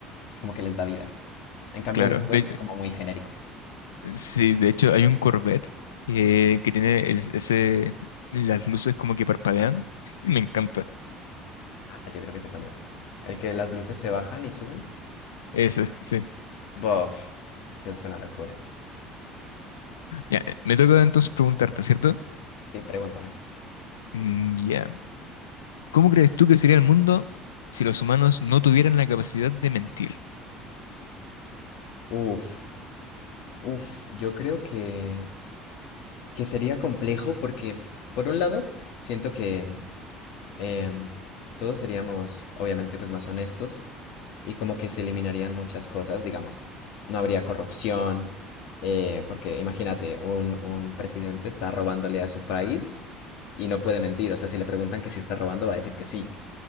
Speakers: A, on the left; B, on the left.
A: como que les da vida. En cambio
B: Claro.
A: después
B: De-
A: son como muy genéricos.
B: sí, de hecho hay un Corvette que, que tiene el- ese, las luces como que parpadean. Y Me encanta.
A: Ah, yo creo que sé cuál es. El que las luces se bajan y suben.
B: Ese, sí.
A: Bof, esa es una locura.
B: Ya, eh, me toca entonces preguntarte, ¿cierto?
A: Sí, pregúntame.
B: Mm, Ya. ¿Cómo crees tú que sería el mundo si los humanos no tuvieran la capacidad de mentir?
A: Uf. Uf, yo creo que, que sería complejo porque, por un lado, siento que em, todos seríamos, obviamente, pues más honestos y como que se eliminarían muchas cosas, digamos. No habría corrupción, eh, porque imagínate, un, un presidente está robándole a su país y no puede mentir. O sea, si le preguntan que si está robando, va a decir que sí.